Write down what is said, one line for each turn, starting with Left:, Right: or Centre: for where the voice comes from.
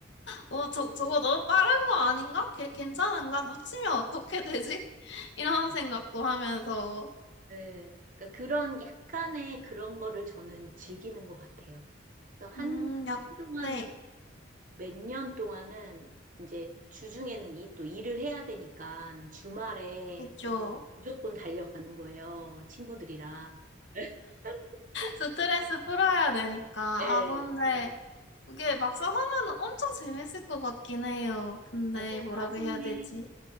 Left: 어, 저, 저거 너무 빠른 거 아닌가? 괜- 괜찮은가? 놓치면 어떻게 되지? <laughs> 이런 생각도 하면서
Right: 네, 그러니까 그런 약간의 그런 거를 저는 즐기는 것 같아요. 그래서 한
Left: 음, 약,
Right: 한동안은
Left: 네,
Right: 몇 년 동안은 이제 주중에는 이 또 일을 해야 되니까 주말에
Left: 그죠.
Right: 무조건 달려가는 거예요. 친구들이랑. <laughs>
Left: 스트레스 풀어야 되니까.
Right: 예.
Left: 아, 근데 네. 그게 막상 하면 엄청 재밌을 것 같긴 해요. 근데
Right: 나중에
Left: 뭐라고
Right: 나중에
Left: 해야 되지?